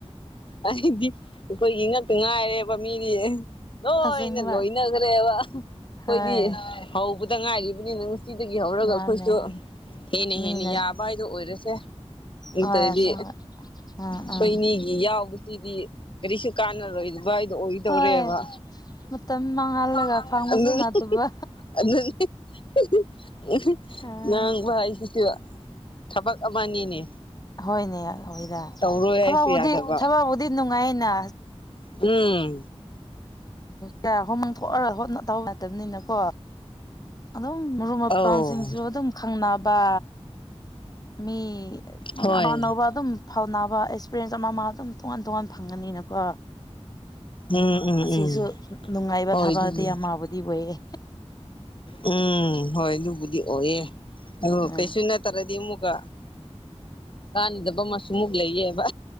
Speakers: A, on the left (about 50°); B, on the left (about 35°).
A: ꯑꯩꯗꯤ ꯑꯩꯈꯣꯏꯒꯤ ꯉꯛꯇ ꯉꯥꯏꯔꯦꯕ ꯃꯤꯗꯤ ꯂꯣꯏꯅ
B: ꯑꯁꯦꯡꯕ
A: ꯂꯣꯏꯅꯈ꯭ꯔꯦꯕ ꯑꯩꯈꯣꯏꯗꯤ
B: ꯍꯣꯏ
A: ꯍꯧꯕꯗ ꯉꯥꯏꯔꯤꯕꯅꯤꯅ ꯁꯤꯗꯒꯤ ꯍꯧꯔꯒ
B: ꯃꯥꯅꯦ
A: ꯑꯩꯈꯣꯏꯁꯨ ꯍꯦꯟꯅ
B: ꯃꯤꯅ
A: ꯍꯦꯟꯅ ꯌꯥꯕ ꯍꯥꯏꯗꯣ ꯑꯣꯏꯔꯁꯦ ꯅꯠꯇ꯭ꯔꯗꯤ
B: ꯍꯣꯏ ꯑꯁꯦꯡꯕ ꯎꯝ
A: ꯑꯩꯈꯣꯏ
B: ꯎꯝ
A: ꯑꯅꯤꯒꯤ ꯌꯥꯎꯕꯁꯤꯗꯤ ꯀꯔꯤꯁꯨ ꯀꯥꯟꯅꯔꯣꯏꯗꯕ ꯍꯥꯏꯗꯣ ꯑꯣꯏꯗꯧꯔꯦꯕ
B: ꯍꯣꯏ ꯃꯇꯝ ꯃꯥꯡꯍꯜꯂꯒ
A: <unintelligible>
B: ꯐꯪꯕꯁꯨ ꯅꯠꯇꯕ ꯑꯥ
A: ꯉꯥꯡꯕ ꯍꯥꯏꯁꯤꯁꯨ ꯊꯕꯛ ꯑꯃꯅꯤꯅꯦ
B: ꯍꯣꯏꯅꯦ ꯑꯣꯏꯗ
A: ꯇꯧꯔꯣꯏ ꯍꯥꯏꯁꯨ
B: ꯊꯕꯛ ꯕꯨꯗꯤ
A: ꯌꯥꯗꯕ
B: ꯊꯕꯛꯕꯨꯗꯤ ꯅꯨꯡꯉꯥꯏꯅ
A: ꯎꯝ
B: ꯀꯌꯥ ꯍꯨꯝ <unintelligible> ꯇꯧ ꯌꯥꯗꯕꯅꯤꯅꯀꯣ ꯑꯗꯨꯝ ꯃꯔꯨꯞ ꯃꯄꯥꯡꯁꯤꯡꯁꯨ
A: ꯑꯧ
B: ꯑꯗꯨꯝ ꯈꯪꯅꯕ ꯃꯤ
A: ꯍꯣꯏ
B: ꯑꯅꯧ ꯑꯅꯧꯕ ꯑꯗꯨꯝ ꯐꯥꯎꯅꯕ ꯑꯦꯛꯁꯄꯤꯔꯦꯟꯁ ꯑꯃ ꯑꯃ ꯑꯗꯨꯝ ꯇꯣꯉꯥꯟ ꯇꯣꯉꯥꯟ ꯐꯪꯒꯅꯤꯅꯀꯣ
A: ꯎꯝ ꯎꯝ
B: ꯑꯁꯤꯁꯨ
A: ꯎꯝ
B: ꯅꯨꯡꯉꯥꯏꯕ
A: ꯍꯣꯏ
B: ꯊꯕꯛꯗꯤ
A: ꯑꯗꯨꯗꯤ
B: ꯑꯃꯥꯕꯨꯗꯤ ꯑꯣꯏꯌꯦ
A: ꯎꯝ ꯍꯣꯏ ꯑꯗꯨꯕꯨꯗꯤ ꯑꯣꯏꯑꯦ ꯑ
B: ꯎꯝ
A: ꯀꯩꯁꯨ ꯅꯠꯇ꯭ꯔꯗꯤ ꯑꯃꯨꯛꯀ ꯀꯥꯟꯅꯗꯕ ꯑꯃꯁꯨꯃꯨꯛ ꯂꯩꯌꯦꯕ